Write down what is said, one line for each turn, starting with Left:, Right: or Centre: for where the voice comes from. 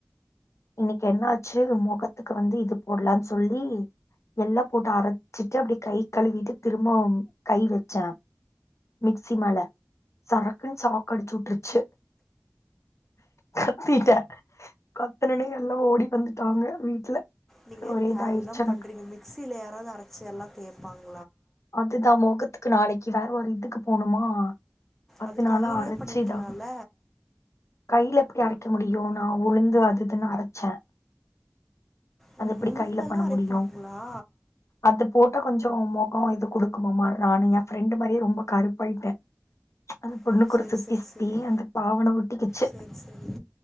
Left: இன்னைக்கி என்னாச்சு மொகத் துக்கு வந்து இது போடலான் சொல்லி எல்லா போட்டு அரைச்சிட்டு அப்டி கை கழுவிட்டு திரும்பவு கை வெச்சே மிக்ஸிமேல சரக்குன்னு ஷாக் அடிச்சுவுட்டுருச்சு கத்திட்டே கத்துனது எல்லா ஓடி வந்துட்டாங்க வீட்ல
Centre: நீங்க
Left: ஒரே
Centre: தேவேல்லாம
Left: இதாயிருச்சு எனக்கு
Centre: பண்றீங்க மிக்சியில யாராவது அரைச்சி எல்லா தேப்பாங்க
Left: அதுதா மொகத்துக்கு நாளைக்கி வேற ஒரு இதுக்கு போணுமா பத்து
Centre: அது
Left: நாளா
Centre: கையிலேயே
Left: அரச்சு
Centre: பண்ணிருக்கிலால
Left: இதா கையில எப்பிடி அரைக்க முடியு நா உளுந்து அது இதுன்னு அரைச்சே
Centre: ஓ
Left: அது எப்பிடி
Centre: உளுந்தெல்லா
Left: கையில பண்ண
Centre: அரைப்பாங்களா
Left: முடியு அது போட்ட கொஞ்சோ அது குடுக்குமாமா நானு ஏ ஃப்ரெண்டு் மாரியே ரொம்ப கருப்பாயிட்டே அந்த பொண்ணு
Centre: ஓ
Left: கூட
Centre: செரி
Left: சுத்தி
Centre: செரி
Left: சுத்தி
Centre: செரி
Left: அந்த பாவன ஒட்டிக்கிச்சு
Centre: செரி செரி